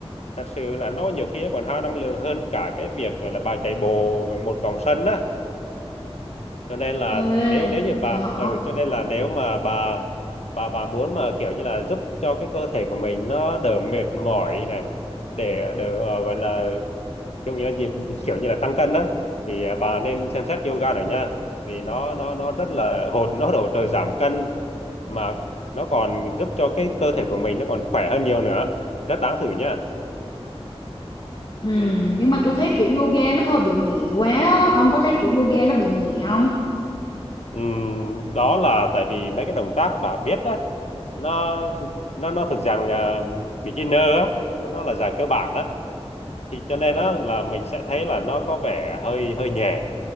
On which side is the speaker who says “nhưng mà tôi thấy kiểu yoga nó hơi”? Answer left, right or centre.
Left